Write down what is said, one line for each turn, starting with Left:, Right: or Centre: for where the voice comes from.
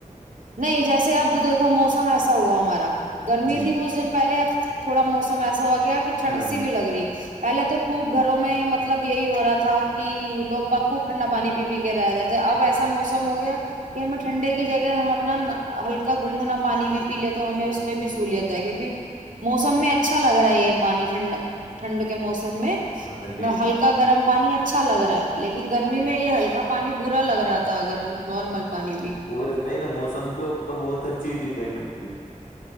Right: نہیں جیسے اب دیکھو موسم ایسا ہوا ہمارا گرمی
Left: جی
Right: تھی کچھ دن پہلے اب تھوڑا موسم سم سو کہ ٹنڈ
Left: ہاں
Right: سی
Left: جی
Right: بھی لگ رہی ہے پہلے تو خوب گھروں میں مطلب یہی ہو رہا تھا کہ لوگ ب خوب ٹھنڈا پانی پی پی کے رہ رہے تھے اب ایسا موسم ہو گیا کہ ہمیں ٹھنڈے کی جگہ ہم اپنا ہلکا گنگنا پانی بھی پی لے تو ہمیں اس میں بھی سہولیت ہے کیونکہ موسم میں اچھا لگ رہا ہے یہ پانی ٹھنڈ ٹھنڈ کے موسم میں
Left: ہاں جی
Right: نہ
Left: ہاں جی
Right: ہلکا گرم پانی ا اچھا لگ رہا ہے لیکن گرمی میں یہ ہلکا پانی برا لگ رہا تھا اگر نارمل پانی بھی
Left: وہ رہت ہے نا موسم اوپر بہت ہرچیز ڈیپینڈ کرتے